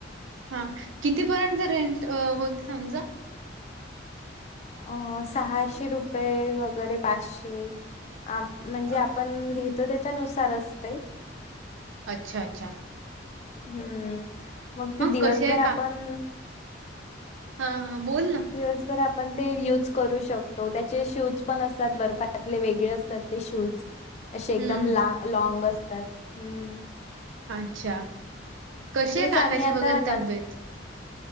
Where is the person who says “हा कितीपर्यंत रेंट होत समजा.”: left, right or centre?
Right